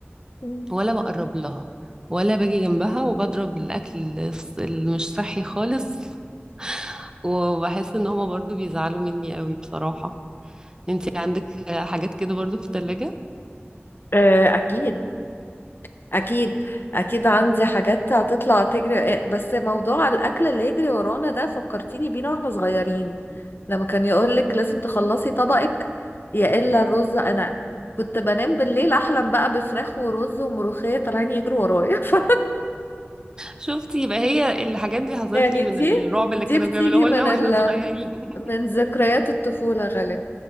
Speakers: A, on the left; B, on the right.
A: مم.
B: ولا بقرب لها ولا باجي جنبها وبضرب الاكل الص- اللي مش صحي خالص <laughs> وبحس ان هما برضو بيزعلوا مني قوي بصراحة انتي عندك آه، حاجات كده برضو في التلاجة
A: آه، اكيد اكيد اكيد عندي حاجات هتطلع تجري آه، بس موضوع الاكل اللي يجري ورانا ده فكرتيني بينا واحنا صغيرين لما كان يقولك لازم تخلصي طبقك يا الا الرز انا كنت بنام بالليل احلم بقى بفراخ ورز وملوخيه طالعين يجروا ورايا <laughs> ف-
B: شفتي يبقى هي الحاجات دي حصلت
A: يعني
B: لي من
A: دي
B: الرعب اللي
A: دي
B: كانوا
A: بتيجي
B: بيعملوه
A: من
B: لنا
A: ال...
B: واحنا صغيرين <laughs>
A: من ذكريات الطفوله غالبا